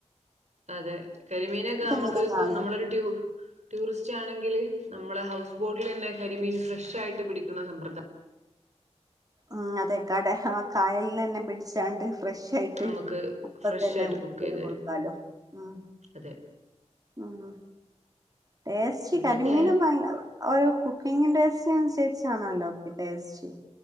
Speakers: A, on the right; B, on the right.
A: അതെ കരിമീനൊക്കെ നമ്മുക്ക്
B: ഇങ്ങനെ
A: ഇപ്പ
B: കാണാം
A: നമ്മളൊരു ട്യൂ ടൂറിസ്റ്റ് ആണെങ്കില് നമ്മള് ഹൗസ് ബോട്ടിൽ തന്നെ കരിമീൻ ഫ്രഷ് ആയിട്ട് പിടിക്കുന്ന സമ്പ്രദാ
B: ഉം അതെ കട ആഹ് കായൽന്നന്നേ പിടിച്ചാണ്ട് ഫ്രഷ് റ്റായിട്ട്
A: നമുക്ക്
B: അപ്പ
A: ഫ്രഷ്
B: തന്നെ
A: ആയിട്ട്
B: <unintelligible>
A: കുക്ക് ചെയ്ത് തരും
B: കൊടുക്കാലോ ഉം
A: അതെ
B: ആഹ് ടേസ്റ്റ്
A: പിന്നെ
B: കരിമീനൊക്കെ
A: കേ
B: അങ്ങ ഓരോ കുക്കിംഗിന്റെസ് അനുസരിച്ചാണല്ലോ ഒക്കെ ടേസ്റ്റ്